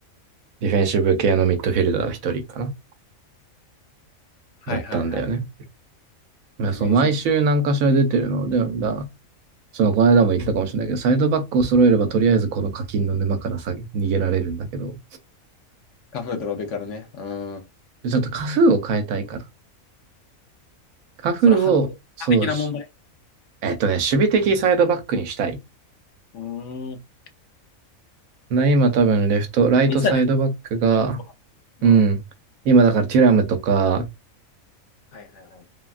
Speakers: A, on the right; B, on the left.
A: ディフェンシブ系のミッドフィルダー一人かな
B: はい。
A: だったんだよね。
B: はい。はい。
A: まあ、
B: ディフェンシブ。
A: そう、毎週何かしら出てるので、だ、その、この間も言ったかもしれないけど、サイドバックを揃えれば、とりあえずこの課金の沼からさ、逃げられるんだけど、
B: カフードロベカルね。うん。
A: ちょっとカフーを変えたいから。カフーを、
B: それは、
A: そうし、
B: 反的な問題。
A: えっとね、守備的サイドバックにしたい。
B: うーん。
A: で、今多分レフト、ライトサイドバックが、
B: 言ってたね。そううん。
A: うん。今だからテュラムとか、
B: はい。はい。はい。